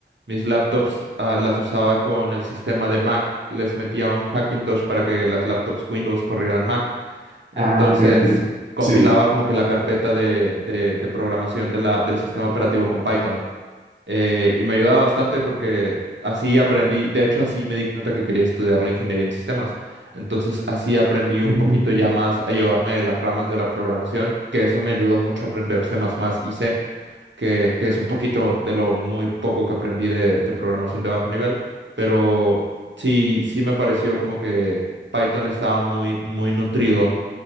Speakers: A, on the right; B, on the right.
A: mis laptops, ah, las usaba con el sistema de Mac. Les metía un Hackintosh para que las laptops Windows corrieran Mac. Entonces,
B: Ah, ok, ok.
A: compilaba
B: Sí.
A: como que la carpeta de, de- de programación de la- del sistema operativo con Python. Eh, y me ayudaba bastante porque así aprendí, de hecho así me di cuenta que quería estudiar la ingeniería en sistemas. Entonces así aprendí un
B: Ujú.
A: poquito ya más a llevarme de las ramas de la programación, que eso me ayudó mucho a aprender C++ y C, que, que es un poquito de lo muy poco que aprendí de, de programación de bajo nivel, pero sí, sí me pareció como que Python estaba muy, muy nutrido